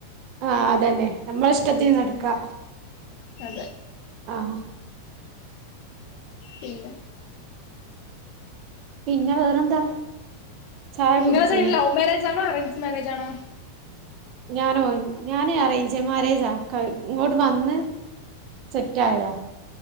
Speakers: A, on the right; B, on the left.
A: അഹ് ആഹ് അതന്നെ നമ്മള ഇഷ്ടത്തിന് നടക്കാ
B: ഉം അതെ
A: ആഹ്
B: പിന്ന
A: പിന്നെ വേറെന്താ ചായ
B: ഇങ്ങൾത്
A: കുടിച്ചീലേ
B: ലൗ മാരേജാണോ അറേഞ്ച്ഡ് മാരേജാണോ
A: ഞാനോ ഞാന് അറേഞ്ച് മാരേജാ കഴ് ഇങ്ങോട്ട് വന്ന് സെറ്റായതാ